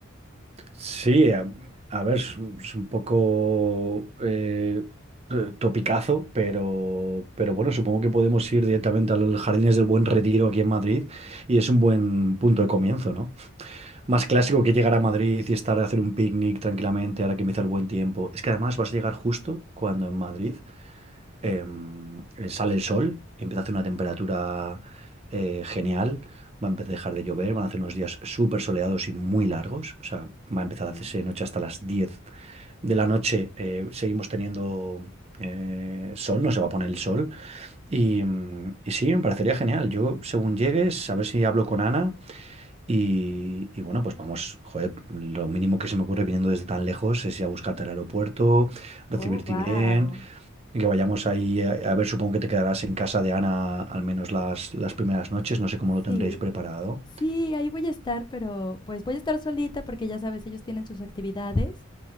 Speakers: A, on the right; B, on the left.
A: Sí, a, a ver, es un es un poco eh, eh, topicazo, pero, pero bueno, supongo que podemos ir directamente al Jardines del Buen Retiro aquí en Madrid y es un buen punto de comienzo, ¿no? Más clásico que llegar a Madrid y estar a hacer un picnic tranquilamente ahora que empieza el buen tiempo. Es que además vas a llegar justo cuando en Madrid em, eh, sale el sol, empieza a hacer una temperatura eh, genial, va a empezar a dejar de llover, van a hacer unos días súper soleados y muy largos, o sea, va a empezar
B: Ujú.
A: a hacerse noche hasta las 10 de la noche, eh, seguimos teniendo eh, sol, no se va a poner el sol, y, mm, y sí, me parecería genial, yo según llegues, a ver si hablo con Ana. Y, y bueno, pues vamos, joder, lo mínimo que se me ocurre viniendo desde tan lejos es ir a buscarte al aeropuerto, recibirte
B: Oh, wow.
A: bien, y que vayamos ahí a, a ver, supongo que te quedarás en casa de Ana al menos las, las primeras noches, no sé cómo lo tendréis
B: Sí.
A: preparado.
B: Sí, ahí voy a estar, pero pues voy a estar solita porque ya sabes, ellos tienen sus actividades